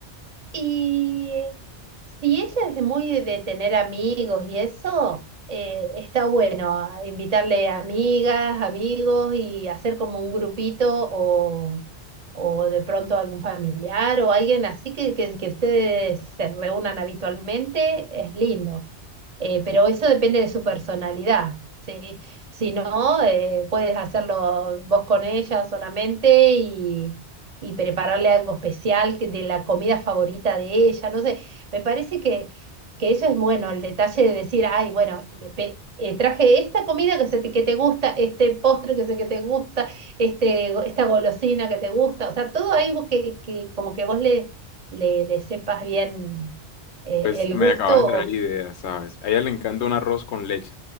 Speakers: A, on the right; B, on the left.
A: y eh, si ella es de muy de de tener amigos y eso, eh, está bueno a invitarle amigas, amigos y hacer como un grupito o, o de pronto algún familiar o alguien así que, que, que ustedes se reúnan habitualmente, es lindo. Eh, pero eso depende de su personalidad, ¿sí? Si no, eh, puedes hacerlo vos con ella solamente y, y prepararle algo especial que- de la comida favorita de ella, no sé, me parece que, que eso es bueno, el detalle de decir, ay, bueno, me pe- eh, traje esta comida que, se te, que te gusta, este postre que sé que te gusta, este, go- esta golosina que te gusta, o sea, todo algo que, que como que vos le, le, le sepas bien eh,
B: Pues
A: el
B: me
A: gusto
B: acabas de dar
A: o...
B: ideas, ¿sabes? A ella le encanta un arroz con leche,